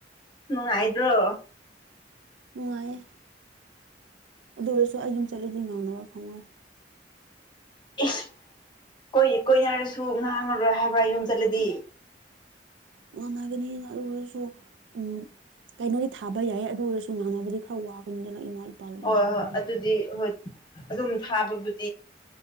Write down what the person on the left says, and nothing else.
ꯅꯨꯡꯉꯥꯏꯗ꯭ꯔꯣ
ꯏꯁ ꯀꯣꯏ ꯀꯣꯏꯅꯔꯁꯨ ꯉꯥꯡꯉꯔꯣꯏ ꯍꯥꯏꯕ ꯌꯨꯝ ꯆꯠꯂꯗꯤ
ꯍꯣꯏ
<unintelligible> ꯑꯗꯨꯝ ꯊꯥꯕꯕꯨ